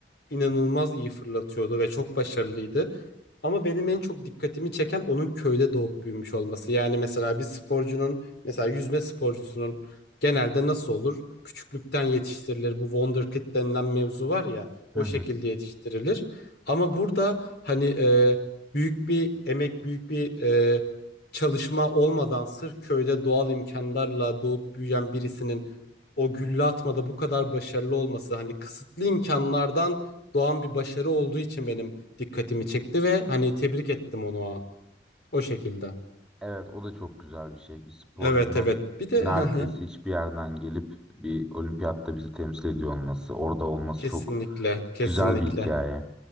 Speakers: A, on the left; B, in the centre.
A: İnanılmaz iyi fırlatıyordu ve çok başarılıydı. Ama benim en çok dikkatimi çeken onun köyde doğup büyümüş olması. Yani mesela bir sporcunun mesela yüzme sporcusunun genelde nasıl olur? Küçüklükten yetiştirilir. Bu wonderkid denilen mevzu var ya
B: Hı
A: o
B: hı.
A: şekilde yetiştirilir. Ama burada hani e, büyük bir emek, büyük bir e, çalışma olmadan sırf köyde doğal imkanlarla doğup büyüyen birisinin o gülle atmada bu kadar başarılı olması hani kısıtlı imkanlardan doğan bir başarı olduğu için benim dikkatimi çekti ve hani tebrik ettim onu o, o şekilde.
B: Evet, o da çok güzel bir şey. Bir sporcunun
A: Evet evet. Bir de
B: neredeyse
A: <laughs> hı hı.
B: hiçbir yerden gelip bir olimpiyatta bizi temsil ediyor olması, orada olması
A: kesinlikle
B: çok
A: kesinlikle.
B: güzel bir hikaye.